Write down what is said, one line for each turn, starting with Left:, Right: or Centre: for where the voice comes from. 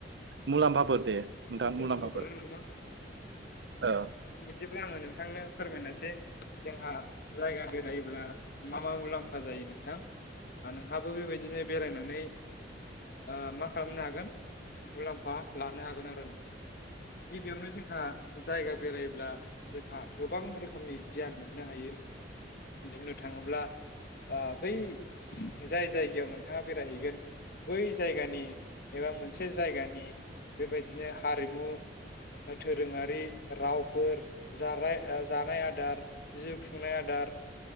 Right: मुलाम्फाफोर दे नोंथां
Left: मुलाम्फाफोरनो
Right: मुलाम्फाफोर
Left: नोंथां
Right: ओ
Left: बिदिब्ला आङो नोंथांनो फोरमायनोसै जोंहा जायगा बेरायो अब्ला मा मा मुलाम्फा जायो नोंथां ओ नोंहाबो बेबायदिनो बेरायनानै ओ मा खालामनो हागोन मुलाम्फा लानो हागोन आरो नोंथां। गिबियावनो जोंहा जायगा बेरायोब्ला जोंहा गोबां रोखोमनि गियान मोननो हायो। बुंनो थाङोब्ला ओ बै जाय जायगायाव नोंथाङा बेरायहैगोन बै जायगानि एबा मोनसे जायगानि बेबायदिनो हारिमु दोरोङारि रावफोर जाराय ओ जानाय आदार जि खुंनाय आदार